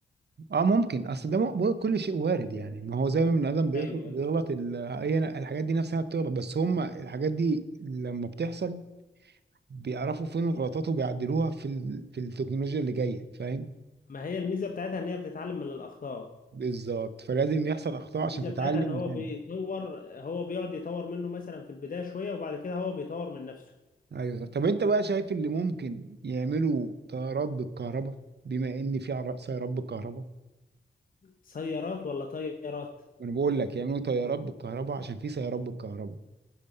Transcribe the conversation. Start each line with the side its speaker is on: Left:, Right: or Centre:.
Right: اه ممكن اصل ده م- كل شيء وارد يعني ما هو زي ما البني ادم بيغ-
Left: ايوه
Right: بيغلط
Left: ايوه
Right: ال- هي الحاجات دي نفسها بتغلط بس هم الحاجات دي لما بتحصل بيعرفوا فين الغلطات وبيعدلوها في ال... في التكنولوجيا اللي جايه فاهم
Left: ما هي الميزه بتاعتها ان هي بتتعلم من الاخطاء
Right: بالظبط فلازم يحصل اخطاء عشان
Left: الميزه
Right: تتعلم
Left: بتاعتها ان هو
Right: تاني
Left: بيطور هو بيقعد يطور منه مثلا في البدايه شويه وبعد كده هو بيطور من نفسه
Right: ايوه طب انت بقى شايف اللي ممكن يعملوا طيارات بالكهرباء بما ان في عر- سيارات بالكهرباء
Left: سيارات ولا طيارات
Right: وانا بقول لك يعملوا طيارات بالكهرباء عشان في سيارات بالكهرباء